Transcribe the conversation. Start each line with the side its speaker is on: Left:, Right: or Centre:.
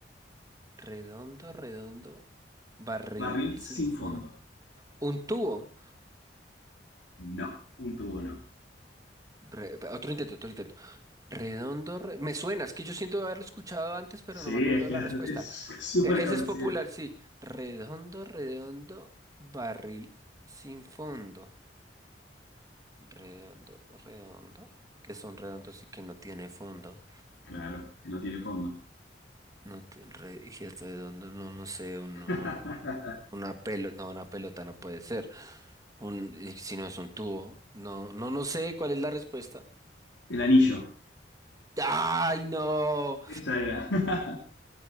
Right: redondo, redondo, barril,
Left: Barril
Right: sin
Left: sin
Right: fin.
Left: fondo.
Right: Un tubo.
Left: No, un tubo no.
Right: Re- otro intento, otro intento. Redondo, re- me suena, es que yo siento haberlo escuchado antes, pero
Left: Sí,
Right: no me acuerdo
Left: es que
Right: de la
Left: es
Right: respuesta.
Left: es <laughs> súper
Right: E-
Left: conocida.
Right: Ese es popular, sí. Redondo, redondo, barril sin fondo. Redondo, redondo. Que son redondos y que no tiene fondo.
Left: Claro, que no tiene fondo.
Right: No tiene re- y si es redondo, no, no sé,
Left: <laughs>
Right: un, un- un- una pelota, no, una pelota no puede ser. Un, y si no es un tubo. No, no, no sé cuál es la respuesta.
Left: El anillo.
Right: ¡Ay, no!
Left: Esa era. <laughs>